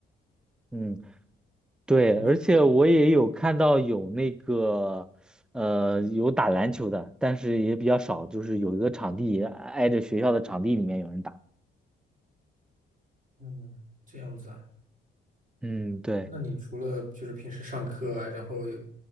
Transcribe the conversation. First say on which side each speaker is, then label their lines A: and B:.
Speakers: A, in the centre; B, on the right.
A: 嗯。对，
B: 那
A: 而且我也有看到有那个，呃，有打篮球的，但是也比较少，就是有一个场地挨着学校的场地里面有人打。
B: 嗯，这样子啊。
A: 嗯，对，
B: 那你除了就是平时上课啊，然后有